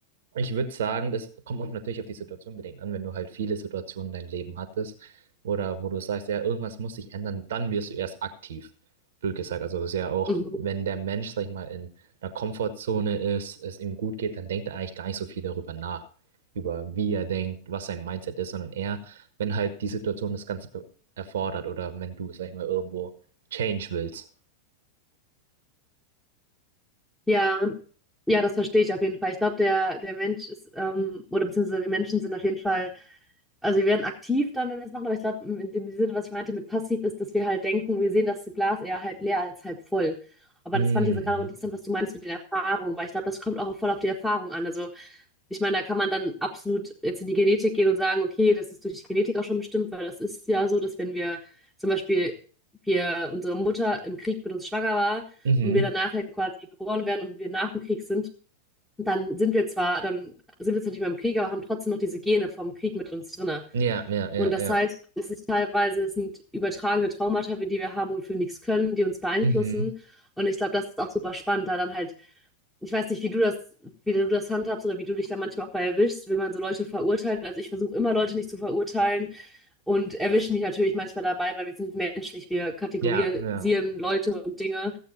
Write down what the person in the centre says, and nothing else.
Mhm.
Ja, und ja, das verstehe ich auf jeden Fall. Ich glaube, der, der Mensch ist, ähm, oder beziehungsweise wir Menschen sind auf jeden Fall, also wir werden aktiv dann, wenn wir es machen, aber ich glaube, in dem Sinne, was ich meinte mit passiv, ist, dass wir halt denken, wir sehen das Glas eher halb leer als halb voll. Aber
das fand ich jetzt gerade auch interessant, was du meinst mit den Erfahrungen, weil ich glaube, das kommt auch voll auf die Erfahrung an. Also ich meine, da kann man dann absolut jetzt in die Genetik gehen und sagen, okay, das ist durch die Genetik auch schon bestimmt, weil das ist ja so, dass wenn wir zum Beispiel wir, unsere Mutter im Krieg mit uns schwanger war
und wir
dann nachher quasi geboren werden und wir nach dem Krieg sind, dann sind wir zwar, dann sind wir zwar nicht mehr im Krieg, aber haben trotzdem noch diese Gene vom Krieg mit uns drinne.
Und das
heißt, es ist teilweise, es sind übertragene Traumata, die wir haben und für nichts können, die uns beeinflussen.
Und ich glaube, das ist auch super spannend, da dann halt, ich weiß nicht, wie du das, wie du das handhabst oder wie du dich da manchmal auch bei erwischst, wenn man so Leute verurteilt. Also ich versuche immer Leute nicht zu verurteilen und erwischen mich natürlich manchmal dabei, weil wir sind menschlich, wir kategorisieren
Leute und Dinge.